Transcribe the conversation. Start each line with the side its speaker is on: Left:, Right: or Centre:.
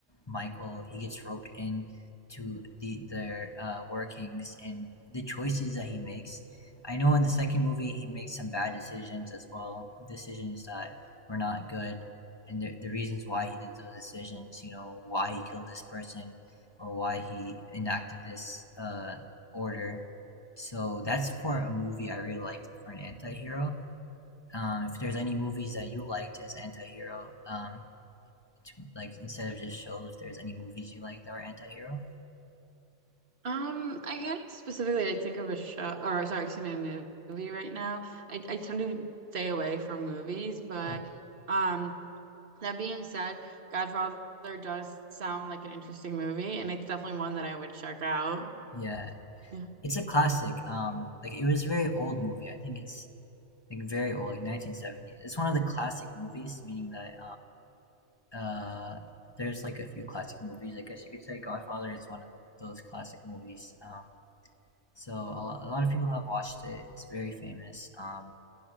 Left: Michael, he gets roped in to the their uh, workings and the choices that he makes. I know in the second movie he makes some bad decisions as well, decisions that were not good, and the, the reasons why he did those decisions. You know why he killed this person, or why he enacted this uh, order. So that's for a movie I really liked for an anti-hero. Um, if there's any movies that you liked as anti-hero, um, to, like instead of just shows, if there's any movies you like that were anti-hero,
Right: Um, I can't specifically like think of a show or sorry, excuse me, a movie right now. I I tend to stay away from movies, but
Left: uh,
Right: um, that being said, Godfather does sound like an interesting movie, and it's definitely one that I would check out.
Left: yeah,
Right: Yeah.
Left: it's a classic. Um, like it was a very old movie. I think it's like very old, like 1970s. It's one of the classic movies, meaning that um, uh, there's like a few classic movies. I guess you could say Godfather is one of those classic movies. Um, So a lot, a lot of people have watched it. It's very famous. Um,